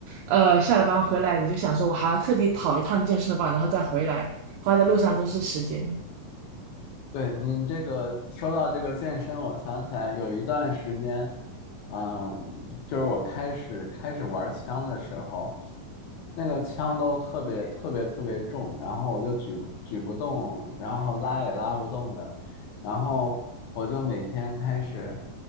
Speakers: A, on the right; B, on the left.
A: 呃，下了班回来你就想说，我还要特地跑一趟健身房，然后再回来，花在路上都是时间。
B: 对您这个说到这个健身，我想起来有一段时间，嗯，就是我开始开始玩枪的时候，那个枪都特别特别特别重，然后我就举不举不动，然后拉也拉不动的，然后我就每天开始，